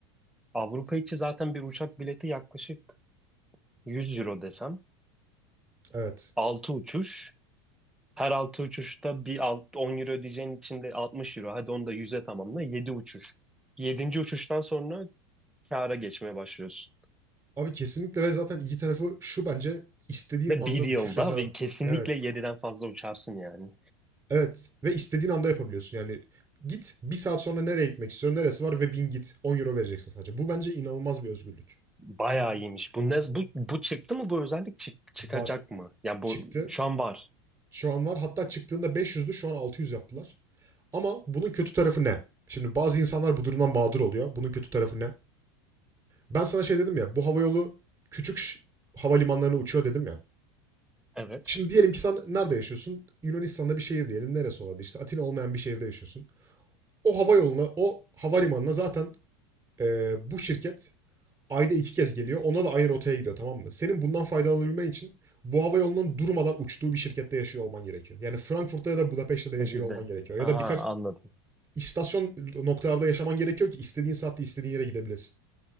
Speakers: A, in the centre; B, on the right.
A: Avrupa içi zaten bir uçak bileti yaklaşık 100 euro desem.
B: Evet.
A: 6 uçuş. Her 6 uçuşta bir alt, 10 euro ödeyeceğin için de 60 euro. Hadi onu da 100'e tamamla. yedi uçuş. yedinci uçuştan sonra kâra geçmeye başlıyorsun.
B: Abi kesinlikle ve zaten iyi tarafı şu bence istediğin
A: Ve
B: anda
A: bir
B: uçuş
A: yılda
B: rezervasyonu.
A: ve kesinlikle
B: Evet.
A: yediden fazla uçarsın yani.
B: Evet ve istediğin anda yapabiliyorsun. Yani git bir saat sonra nereye gitmek istiyorum neresi var ve bin git 10 euro vereceksin sadece. Bu bence inanılmaz bir özgürlük.
A: Bayağı iyiymiş. Bu, ne, bu, bu çıktı mı? Bu özellik çık- çıkacak
B: Var.
A: mı? Ya bu
B: Çıktı.
A: şu an var.
B: Şu an var. Hatta çıktığında 500'dü şu an 600 yaptılar. Ama bunun kötü tarafı ne? Şimdi bazı insanlar bu durumdan mağdur oluyor. Bunun kötü tarafı ne? Ben sana şey dedim ya, bu havayolu küçük ş- havalimanlarına uçuyor dedim ya.
A: Evet.
B: Şimdi diyelim ki sen nerede yaşıyorsun? Yunanistan'da bir şehir diyelim. Neresi olabilir? İşte Atina olmayan bir şehirde yaşıyorsun. O havayoluna, o havalimanına zaten eee, bu şirket ayda iki kez geliyor. Ona da aynı rotaya gidiyor tamam mı? Senin bundan faydalanabilmen için bu havayolunun durmadan uçtuğu bir şirkette yaşıyor olman gerekiyor. Yani Frankfurt'ta ya da Budapeşte'de yaşıyor
A: Nehirde.
B: olman gerekiyor. Ya
A: Aha,
B: da birkaç
A: anladım.
B: istasyon noktalarda yaşaman gerekiyor ki istediğin saatte istediğin yere gidebilesin.